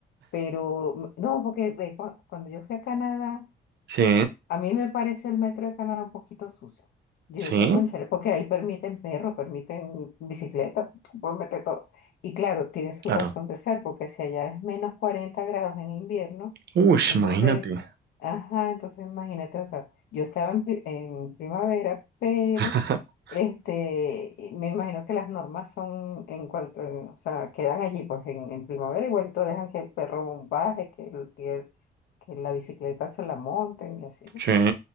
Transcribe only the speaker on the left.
Pero mm, no, porque ve, cu- cuando yo fui a Canadá...
A mí me pareció el metro de Canadá un poquito sucio. Yo
decía, cónchale, porque ahí permiten perros, permiten bicicleta, pueden meter todo. Y claro, tiene su
razón de ser, porque si allá es menos 40 grados en invierno,
entonces,
ajá, entonces imagínate, o sea, yo estaba en, pri- en primavera, pero
este, y me imagino que las normas son en cuanto, en- o sea, quedan allí, pues en, en primavera igual todo dejan que el perro baje, que, el- que, el- que la bicicleta se la monten y así. ¿no?